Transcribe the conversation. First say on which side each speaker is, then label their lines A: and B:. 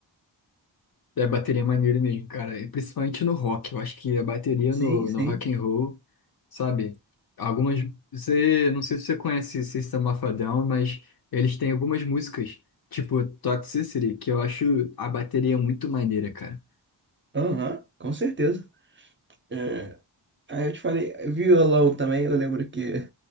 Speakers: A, on the left; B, on the right.
A: É, bateria é maneiro mesmo, cara. E principalmente no rock. Eu acho que a bateria
B: Sim,
A: no,
B: sim.
A: no rock and roll, sabe? Algumas. Você, não sei se você conhece System of a Down, mas eles têm algumas músicas, tipo Toxicity, que eu acho a bateria muito maneira, cara.
B: Aham, com certeza. É, Aí eu te falei, violão também, eu lembro que